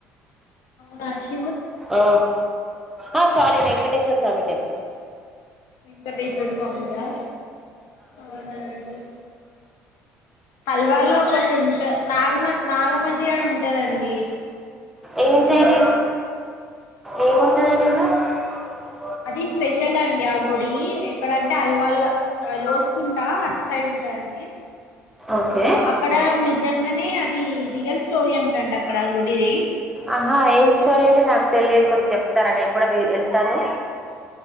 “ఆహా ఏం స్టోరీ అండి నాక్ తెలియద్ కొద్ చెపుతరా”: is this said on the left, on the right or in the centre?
Centre